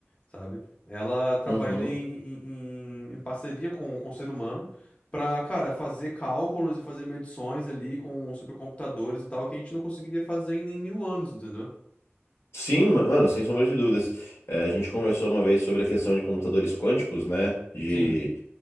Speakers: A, on the left; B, on the left.
A: sabe? Ela trabalhando
B: Uhum.
A: em, em, em- em parceria com, com o ser humano para, cara, fazer cálculos e fazer medições ali com supercomputadores e tal que a gente não conseguiria fazer em nem mil anos, entendeu?
B: Sim, ma- mano, sem sombra de dúvidas. É, a gente conversou uma vez sobre a questão de computadores quânticos, né? De,
A: Sim.